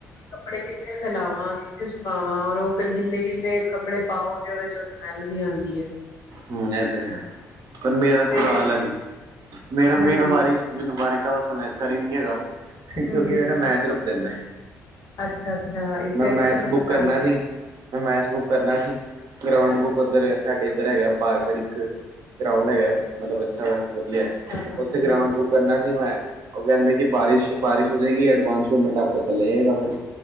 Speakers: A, on the left (about 45°); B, on the right (about 50°).
A: ਕੱਪੜੇ ਕਿੱਥੇ ਸਿਲਾਵਾਂਗੇ? ਕਿਥੇ ਸੁਕਾਵਾਂ ਔਰ ਉਹ ਫੇਰ ਗਿੱਲੇ ਗਿੱਲੇ ਕੱਪੜੇ ਪਾਓ ਤੇ ਉਹਦੇ ਚ ਸਮੈਲ ਵੀ ਆਉਂਦੀ ਹੈ।
B: ਹਮ ਇਹ ਤੇ ਹੈ ਪਰ ਮੇਰਾ ਥੋੜਾ
A: ਤੇ
B: ਅਲੱਗ ਹੈ ਮੇਰਾ,
A: ਹਾਂਜੀ
B: ਮੇਰਾ ਬਾਰਿਸ਼ ਮੈਨੂੰ ਬਾਰਿਸ਼ ਦਾ <unintelligible> ਹੀ ਨਹੀਂ ਹੈਗਾ ਕਿਉਂਕਿ
A: ਹਮ
B: ਮੇਰਾ ਮੈਚ ਰੁਕ ਜਾਂਦਾ।
A: ਅੱਛਾ, ਅੱਛਾ ਇਸ
B: ਮੈਂ
A: ਕਰਕੇ
B: ਮੈਚ
A: ਤੁਹਾਨੂੰ
B: ਬੁੱਕ
A: ਪਸੰਦ
B: ਕਰਨਾ
A: ਨੀ।
B: ਸੀ ਮੈਂ ਮੈਚ ਬੁੱਕ ਕਰਨਾ ਸੀ ਗਰਾਊਂਡ
A: ਅੱਛਾ
B: ਬੁੱਕ ਉੱਧਰ ਸਾਡੇ ਇੱਧਰ ਹੈਗਾ ਪਾਰ ਇਦਰ ਅਕ ਗਰਾਂਉਡ ਹੈਗਾ ਮਤਲਬ ਅੱਛਾ ਵਧੀਆ
A: ਹਾਂ ਹਾਂ
B: ਉੱਥੇ ਗਰਾਉਂਡ
A: ਹੂੰ
B: ਬੁੱਕ ਕਰਨਾ ਸੀ ਮੈਂ ਉਹ ਕਹਿੰਦੇ ਕਿ ਬਾਰਿਸ਼- ਬਾਰਿਸ਼ ਹੋ ਜਾਏਗੀ, ਐਡਵਾਂਸ ਪੇਮੈਂਟ ਆਪਕਾ ਚਲਾ ਜਾਏਗਾ ਫਿਰ।